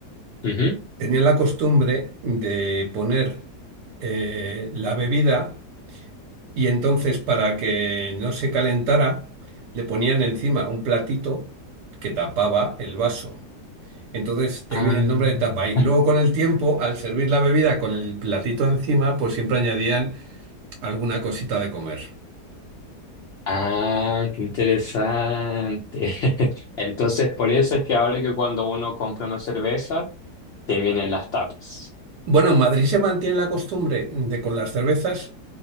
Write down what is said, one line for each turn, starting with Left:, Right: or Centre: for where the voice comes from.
Left: Ujú.
Right: Tenían la costumbre de poner eh, la bebida y entonces para que no se calentara, le ponían encima un platito que tapaba el vaso. Entonces te
Left: Ah,
Right: viene el nombre de tapa. Y luego con el tiempo, al servir la bebida con el platito encima, pues siempre añadían alguna cosita de comer.
Left: ah, qué interesante. <laughs> Entonces, por eso es que ahora que cuando uno compra una cerveza, te vienen las tapas.
Right: Bueno, en Madrid se mantiene la costumbre de con las cervezas